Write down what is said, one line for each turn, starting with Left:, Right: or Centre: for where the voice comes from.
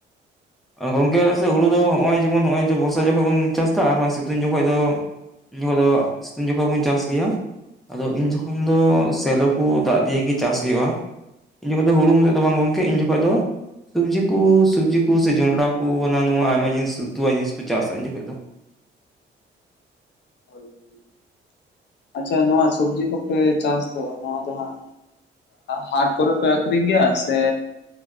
Centre: ᱜᱚᱝᱠᱮ ᱟᱞᱮ ᱥᱮ ᱦᱩᱲᱩ ᱫᱚ ᱦᱚᱸᱜᱼᱚᱭ ᱡᱮᱢᱚᱱ ᱦᱚᱸᱜᱼᱚᱭ ᱵᱚᱨᱥᱟ ᱡᱚᱠᱷᱚᱡ ᱵᱚᱱ ᱪᱟᱥᱫᱟ ᱟᱨ ᱥᱤᱛᱩᱝ ᱡᱚᱠᱷᱚᱡ ᱫᱚ ᱩᱱ ᱡᱚᱠᱚ ᱫᱚ ᱥᱤᱛᱩᱝ ᱡᱚᱠᱷᱚᱡ ᱵᱚᱱ ᱪᱟᱥ ᱜᱮᱭᱟ, ᱟᱫᱚ ᱤᱱ ᱡᱚᱠᱷᱚᱱ ᱫᱚ ᱥᱮᱞᱳ ᱠᱩ ᱫᱟᱜ ᱫᱤᱭᱮ ᱜᱮ ᱪᱟᱥ ᱦᱩᱭᱩᱜᱼᱟ᱾ ᱤᱱ ᱡᱚᱠᱷᱚᱡ ᱫᱚ ᱦᱩᱲᱩ ᱢᱚᱛᱚᱡ ᱫᱚ ᱵᱟᱝ ᱜᱚᱝᱠᱮ ᱤᱧ ᱡᱚᱠᱷᱚᱡ ᱫᱚ ᱥᱚᱵᱽᱡᱤ ᱠᱩ ᱥᱚᱵᱡᱤ ᱠᱩ ᱥᱮ ᱡᱚᱱᱰᱨᱟ ᱠᱩ ᱦᱟᱸᱱᱟ ᱱᱚᱶᱟ ᱟᱭᱢᱟ ᱡᱤᱱᱤᱥ ᱩᱛᱩᱣᱟᱜ ᱡᱤᱱᱤᱥ ᱠᱩ ᱪᱟᱥᱟ ᱩᱱ ᱡᱚᱠᱷᱚᱡ ᱫᱚ᱾
Left: ᱦᱳᱭ ᱦᱳᱭ ᱟᱪᱪᱷᱟ ᱱᱚᱣᱟ ᱥᱚᱵᱽᱡᱤ ᱠᱚᱯᱮ ᱪᱟᱥ ᱫᱚ ᱱᱚᱣᱟ ᱫᱚ ᱦᱟᱸᱜ ᱦᱟᱴ ᱠᱚᱨᱮ ᱯᱮ ᱟᱠᱷᱨᱤᱧ ᱜᱮᱭᱟ ᱥᱮ